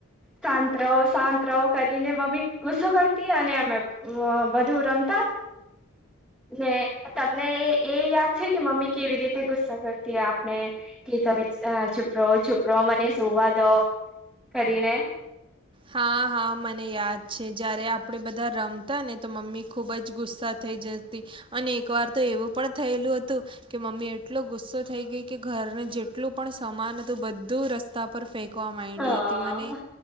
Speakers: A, in the centre; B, on the right.
A: શાંત રહો, શાંત રહો કરીને મમ્મી ગુસ્સો કરતી અને અમે બધુ રમતા ને તમને એ યાદ છે કે, મમ્મી કેવી રીતે ગુસ્સો કરતી આપણે કે તમે ચૂપ રહો ચૂપ રહો મને સુવા દો કરીને.
B: હા હા, મને યાદ છે જયારે આપડે બધા રમતા ને તો મમ્મી ખુબ જ ગુસ્સા થઈ જતી અને એક વાર તો એવું પણ થયેલું હતું કે, મમ્મી એટલો ગુસ્સો થઈ ગઈ કે ઘર ને પણ સમાન હતું બધું રસ્તા પર ફેંકવા માંયડી
A: હા.
B: હતી મને